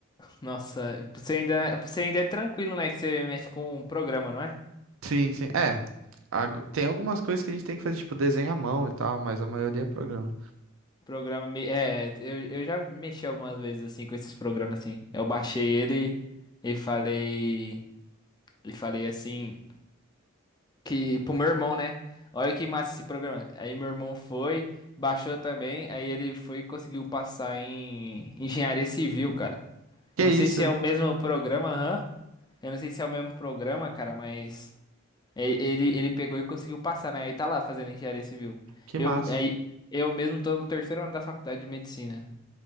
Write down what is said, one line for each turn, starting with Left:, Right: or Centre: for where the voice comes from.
Left: Nossa, você ainda, você ainda é tranquilo, né? Que você mexe com um programa, não é?
Right: Sim, sim. É, agu- tem algumas coisas que a gente tem que fazer, tipo, desenho à mão e tal, mas a maioria é programa.
Left: Programa. me- É, eu, eu já mexi algumas vezes assim com esses programas assim. Eu baixei ele e falei. E falei assim. Que pro meu irmão, né? Olha que massa esse programa. Aí meu irmão foi, baixou também. Aí ele foi e conseguiu passar em engenharia civil, cara.
Right: Que
Left: Eu não
Right: isso?
Left: sei se é o mesmo programa, hã? Eu não sei se é o mesmo programa, cara, mas. e- Ele, ele pegou e conseguiu passar, né? Aí tá lá fazendo engenharia civil.
Right: Que
Left: Eu,
Right: massa.
Left: aí, eu mesmo tô no terceiro ano da faculdade de medicina.